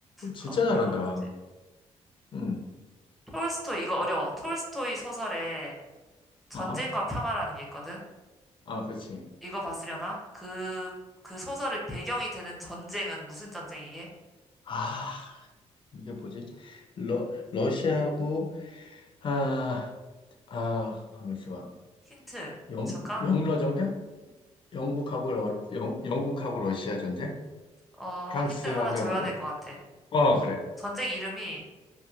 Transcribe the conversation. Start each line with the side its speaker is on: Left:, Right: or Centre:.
Left: 진짜
Centre: 그럼
Left: 잘한다.
Centre: 이번 문제.
Left: 응.
Centre: 톨스토이, 이거 어려워. 톨스토이 소설에 전쟁과
Left: 아하.
Centre: 평화라는 게 있거든?
Left: 아, 그렇지.
Centre: 이거 봤으려나? 그, 그 소설의 배경이 되는 전쟁은 무슨 전쟁이게?
Left: 아, 이게 뭐지? 러, 러시아하고, 아, 아, 가만 있어봐.
Centre: 힌트
Left: 영,
Centre: 줄까?
Left: 영러 정대? 영국하고, 러, 영, 영국하고 러시아 전쟁?
Centre: 어,
Left: 프랑스하고
Centre: 힌트를 하나 줘야
Left: 영국?
Centre: 될 것 같아.
Left: 어, 그래.
Centre: 전쟁 이름이,